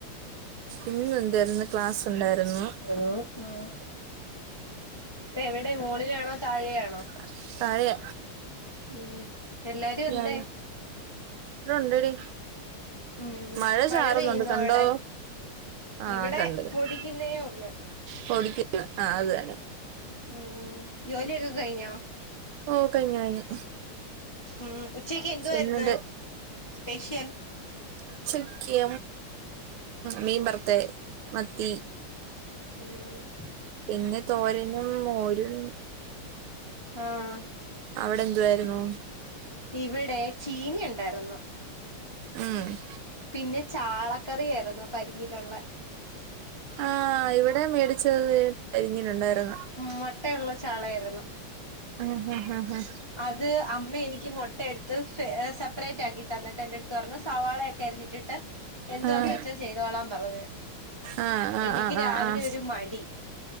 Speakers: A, on the right; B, on the left.
A: ഇന്ന് എന്തായിരുന്നു ക്ലാസ് ഉണ്ടായിരുന്നു
B: ഹാലോ? ഉം പ്പ എവിടെ മോളിലാണോ? താഴെയാണോ?
A: <inaudible> താഴേ
B: ഉം എല്ലാരും എന്തേ
A: യാ രണ്ടടി
B: ഉം
A: മഴ ചാറുന്നുണ്ട്
B: പെയ്യുന്നോ
A: കണ്ടോ?
B: അവിടെ
A: ആഹ
B: ഇവിടെ
A: കണ്ട് കണ്ടു
B: പൊടിക്കുന്നേ ഉള്ളു
A: പൊടിക്ക് ഇട്ട് ആഹ് അതെന്നെ.
B: ഉം ജോലിയൊക്കെ കഴിഞ്ഞോ?
A: ഓഹ് കഴിഞ്ഞു കഴിഞ്ഞു.
B: ഉം ഉച്ചക്ക് എന്തുവായിരുന്നു
A: ചെന്നിണ്ട്
B: സ്പെഷ്യൽ.
A: ഉച്ചയ്ക്ക് മീൻ വറുത്തെ മത്തി.
B: ഉം
A: പിന്നെ തോരനും മോരും.
B: ഉം
A: അവിടെ എന്തുവായിരുന്നു?
B: ഇവിടെ ചീനി ഉണ്ടായിരുന്നു.
A: ഉം
B: പിന്നെ ചാള കറിയായിരുന്നു പനീറുള്ള.
A: ആഹ് ഇവിടെ മേടിച്ചത് പനീഞ്ഞർ ഉണ്ടായിരുന്നു.
B: മുട്ടയുള്ള ചാളയായിരുന്നു.
A: ആഹ് ആഹ് ആഹ് ആഹ്
B: അത് അമ്മ എനിക്ക് മുട്ട എടു ത്ത് ഏഹ് സെപ്പറേറ്റ് ആക്കി തന്നിട്ട് എന്റെ അടുത്ത് പറഞ്ഞു സവാള ഒക്കെ അരിഞ്ഞിട്ടിട്ട്. എന്തുവാന്ന്
A: ആഹ്
B: വെച്ചാൽ ചെയ്തോളാൻ പറഞ്ഞു.
A: ആഹ് ആഹ്
B: എനിക്ക്
A: ആഹ്
B: രാവിലെ
A: ആഹ് ആഹ്
B: ഒരു മടി